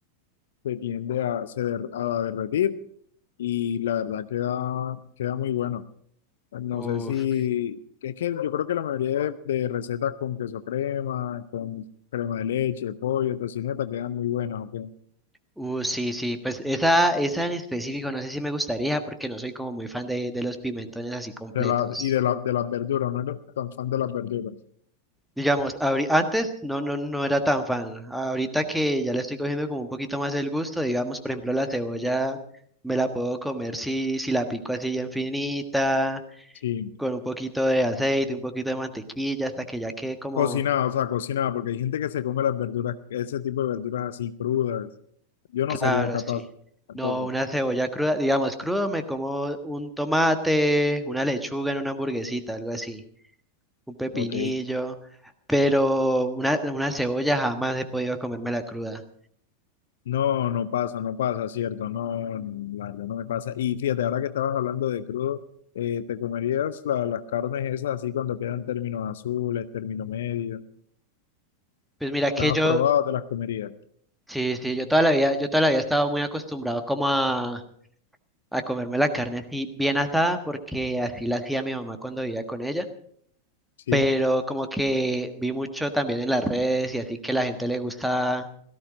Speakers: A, on the left; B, in the centre.
A: se tiende a, se der- a derretir y la verdad queda, queda muy bueno. No
B: Uf,
A: sé si, que es que yo creo que la mayoría de, de recetas con queso crema, con crema de leche, pollo, tocineta, quedan muy buenas, ¿ok?
B: uh, sí, sí. Pues esa, esa en específico no sé si me gustaría porque no soy como muy fan de, de los pimentones así completos.
A: De la, y de, la, de las verduras, no eres tan fan de las verduras.
B: Digamos, abri- antes no, no, no era tan fan. Ahorita que ya le estoy cogiendo como un poquito más el gusto, digamos, por ejemplo, la cebolla me la puedo comer si, si la pico así bien finita,
A: Sí,
B: con un poquito de aceite, un poquito de mantequilla, hasta que ya quede como,
A: cocinada, o sea, cocinada, porque hay gente que se come las verduras, ese tipo de verduras así crudas. Yo no
B: claro,
A: sería capaz
B: sí.
A: tampoco,
B: No, una cebolla cruda, digamos, crudo me como un tomate, una lechuga en una hamburguesita, algo así, un pepinillo,
A: ¿ok?
B: pero una, una cebolla jamás he podido comérmela cruda.
A: No, no pasa, no pasa, cierto, no, no, la verdad no me pasa. Y fíjate, ahora que estabas hablando de crudo, eh, ¿te comerías la- las carnes esas así cuando quedan términos azules, término medio?
B: Pues mira que
A: ¿Las
B: yo
A: has probado, te las comerías?
B: Sí, sí, yo toda la vida, yo toda la vida estaba muy acostumbrado como a, a comerme la carne así bien asada, porque así la hacía mi mamá cuando vivía con ella.
A: Sí,
B: Pero como que vi mucho también en las redes y así que la gente le gusta